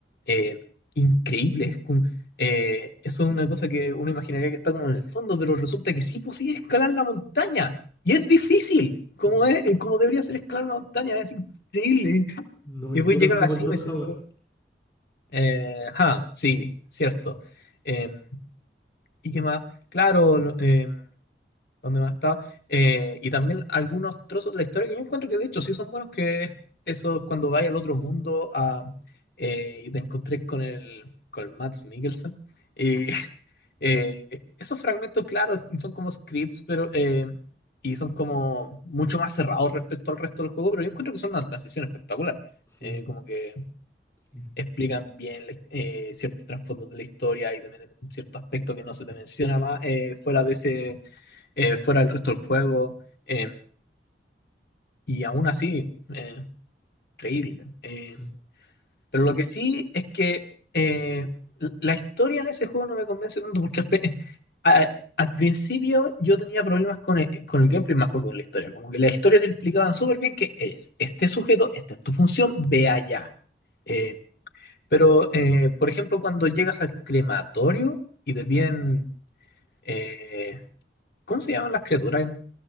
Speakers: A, on the left (about 60°); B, on the left (about 20°).
A: eh, increíble, es como- eh, eso es una cosa que uno imaginaría que está como en el fondo, pero resulta que sí podía escalar la montaña, y es difícil, como
B: Sí.
A: es, como debería ser escalar la montaña, es increíble.
B: No mintieron
A: Y voy a llegar
B: como
A: a la cima
B: el Todd
A: y se
B: Howard.
A: ve todo eh, ajá, sí, cierto. Em, ¿y qué más? Claro, lo- em, ¿dónde más estaba? Eh, y también algunos trozos de la historia que yo encuentro que de hecho sí son buenos, que es eso cuando vaya al otro mundo a, eh, y te encontré con el, con el Mads Mikkelsen. Y <laughs> eh, esos fragmentos, claro, son como scripts, pero... eh, y son como mucho más cerrados respecto al resto del juego, pero yo encuentro que son una transición espectacular.
B: Sí,
A: Eh, como que
B: sí, sí.
A: explican bien eh, ciertos trasfondos de la historia y también cierto aspecto que no se te menciona más eh, fuera de ese, eh, fuera del resto del juego. eh, y aún así, eh, increíble. Eh,
B: sí.
A: pero lo que sí es que eh, l- la historia en ese juego no me convence tanto porque al, pe- a- al principio yo tenía problemas con el, con el gameplay más que con la historia. Como que la historia te explicaban súper bien que eres este sujeto, esta es tu función, ve allá. eh, Pero, eh, por ejemplo, cuando llegas al crematorio y te piden, eh, ¿cómo se llaman las criaturas en